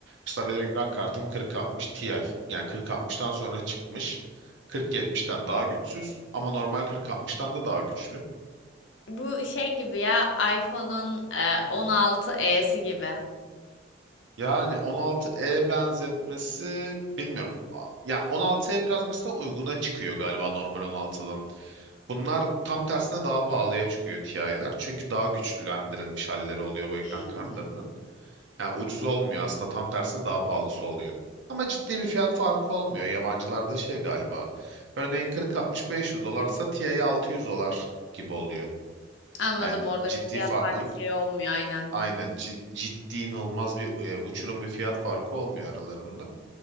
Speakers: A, on the right (about 70°); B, on the left (about 80°).
A: Mesela benim ekran kartım 40-60 Ti. Yani 40-60'tan sonra çıkmış. 40-70'ten daha güçsüz ama normal 40-60'tan da daha güçlü.
B: Bu şey gibi ya iPhone'un e, on altı esi gibi.
A: Yani 16E benzetmesi bilmiyorum. A- Ya 16E biraz mesela uyguna çıkıyor galiba normal 16'dan. Bunlar tam tersine daha pahalıya çıkıyor TI'ler. Çünkü daha güçlülendirilmiş halleri oluyor bu ekran
B: Hmm.
A: kartlarının. Yani ucuz olmuyor aslında tam tersine daha pahalısı oluyor. Ama ciddi bir fiyat farkı olmuyor. Yabancılarda şey galiba. Örneğin 40-60-500 dolarsa TI 600 dolar gibi oluyor.
B: Anladım
A: Yani
B: oradaki
A: ciddi
B: fiyat
A: farklılık
B: farkı şey olmuyor aynen.
A: Aynen ci- ciddi inanılmaz bir e, uçurum bir fiyat farkı olmuyor aralarında.